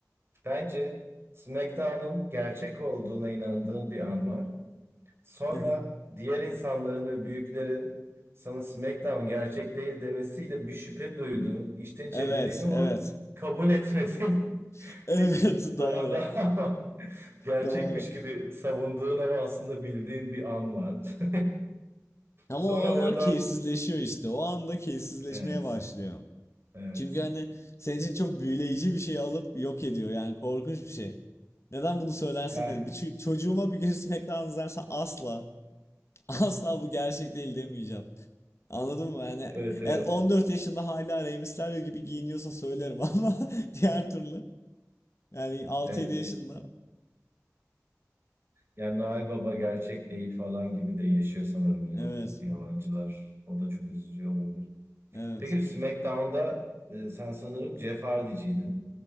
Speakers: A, on the right; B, on the left.
A: bence SmackDown'un gerçek olduğuna inandığın bir an var. Sonra
B: <laughs>
A: diğer insanların ve büyüklerin sana SmackDown gerçek değil demesiyle bir şüphe duyduğun, içten içe
B: Evet,
A: bildiğin ama
B: evet.
A: <laughs> kabul etmediğin
B: <laughs> Evet,
A: bir
B: doğru.
A: dönem daha var. Gerçekmiş
B: Doğru.
A: gibi savunduğun ama aslında bildiğin bir an var. <laughs>
B: Ama
A: Sonra
B: o anlar
A: oradan
B: keyifsizleşiyor işte. O anda keyifsizleşmeye
A: evet,
B: başlıyor.
A: evet.
B: Çünkü hani senin için çok büyüleyici bir şey alıp yok ediyor. Yani korkunç bir şey. Neden bunu söylersin
A: Yani
B: ki? Bir ço- çocuğuma bir gün SmackDown izlersen asla <laughs> asla bu gerçek değil demeyeceğim. Anladın mı? Yani
A: evet, evet.
B: eğer 14 yaşında hala Rey Mysterio gibi giyiniyorsa söylerim <laughs> ama diğer türlü yani altı
A: Evet,
B: yedi yaşında
A: Yani Noel Baba gerçek değil falan gibi de yaşıyor sanırım
B: evet
A: bunu yabancılar. O da çok üzücü olabilir.
B: evet.
A: Peki SmackDown'da e, sen sanırım Jeff Hardy'ciydin.